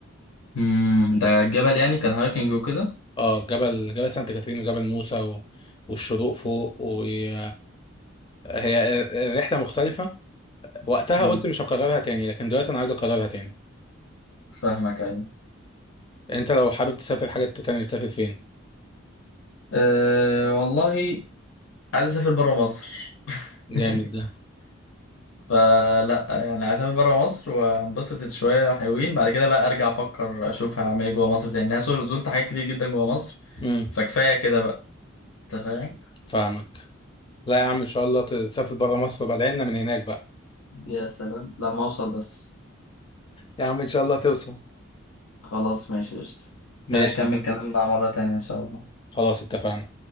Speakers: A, on the left; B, on the left.
A: مم. ده الجبل يعني كان هايكنج وكده
B: اه جبل جبل سانت كاترين وجبل موسى و... والشروق فوق وهي الرحلة مختلفة وقتها
A: مم.
B: قلت مش هكررها تاني لكن دلوقتي انا عايز اكررها تاني
A: فاهمك أيوة
B: انت لو حابب تسافر حاجة تانية تسافر فين
A: أه والله عايز اسافر بره مصر <laughs>
B: جامد ده
A: فلا يعني عايز اسافر بره مصر وانبسط شويه حلوين بعد كده بقى ارجع افكر اشوف هعمل ايه جوه مصر تاني انا صور- زرت حاجات كتير جدا جوه مصر
B: امم
A: فكفايه كده بقى انت فاهم
B: فاهمك لا يا عم ان شاء الله تسافر برا مصر بعدين لنا من هناك بقى
A: يا سلام لما اوصل بس
B: يا عم ان شاء الله توصل
A: خلاص ماشي قشطة
B: ماشي
A: كده نكمل كلامنا مره تانية ان شاء الله
B: خلاص اتفقنا